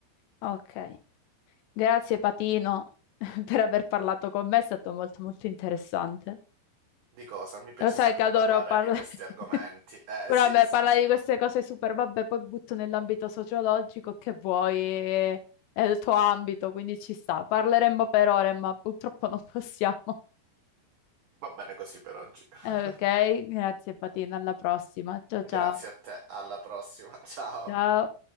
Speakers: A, on the left; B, on the right.
A: ok. Grazie Patino <laughs> per aver parlato con me, è stato molto molto interessante.
B: Di cosa? Mi piace
A: Lo sai
B: sempre
A: che adoro
B: parlare
A: parlare.
B: di questi argomenti.
A: <laughs>
B: Eh,
A: Però
B: sì,
A: vabbè,
B: sì,
A: parlare
B: sì.
A: di queste cose super, vabbè, poi butto nell'ambito sociologico che vuoi, è è il tuo ambito, quindi ci sta. Parleremmo per ore, ma purtroppo non possiamo. <laughs>
B: Va bene così per oggi. <laughs>
A: Ok, grazie Patina, alla prossima. Ciao
B: Grazie
A: ciao.
B: a te, alla prossima, ciao.
A: Ciao.